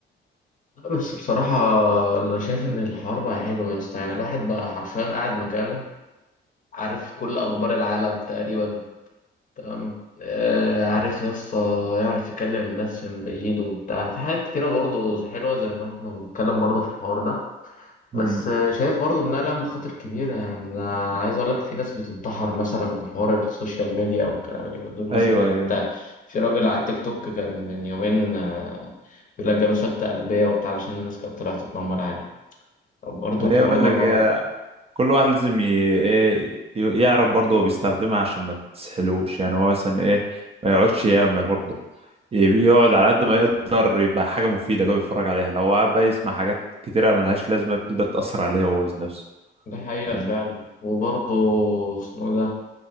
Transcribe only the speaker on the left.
لا بس بصراحة انا شايف ان الحوار بقى حلو يا اسطى يعني الواحد بقى حرفيا قاعد مكانه عارف كل اخبار العالم تقريبا تمام آه عارف يا اسطى يعرف يكلم الناس من بعيد وبتاع في حاجات كتيرة برضو حلوة زي ما احنا بنتكلم برضو في الحوار ده بس
شايف برضو انها لها مخاطر كبيره يعني انا عايز اقول لك في ناس بتنتحر مثلا من حوار السوشيال ميديا او الكلام اللي من دول مثلا
يعني
انت
في راجل على التيك توك كان من يومين آه، بيقول لك جاله سكته قلبيه وبتاع علشان الناس كانت طلعت تتنمر عليه طب برضو الحوار
ده
غلط
بالظبط
دي حقيقه
فعلا وبرضو اسمه ده